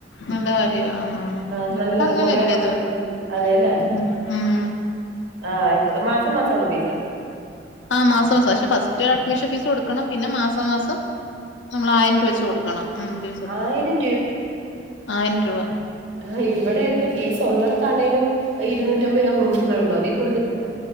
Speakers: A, on the left (about 85°); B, on the right (about 85°).
A: നല്ല കാര്യ ആന്ന് ആന്ന്
B: ആ നല്ലതാ
A: ഇവിടെ അങ്ങനെല്ല
B: കൊറേ റഫറൻസുണ്ട്
A: ഇത്
B: അതേലെ
A: ഉം ഉം
B: ആ ഇത് മാസം മാസണോ ഫീസ്?
A: ആ മാസ മാസം പക്ഷെ ഫസ്റ്റ് അഡ്മിഷൻ ഫീസ് കൊടുക്കണം പിന്നെ മാസം മാസം നമ്മളായിരം രൂപ വെച്ച് കൊടുക്കണം. ഉം ഫീസ് കൊടുക്കണം
B: ആയിരം
A: ആയിരം രൂവ.
B: ആ ഇവിടെ ഒക്കെ ഫീസ് ഒള്ളട്ത്താണേലും ഇരൂനൂറ്റമ്പത് രൂവ മുന്നൂറ് രൂപ <unintelligible> <unintelligible> ഫീസ് കൂടുതലില്ല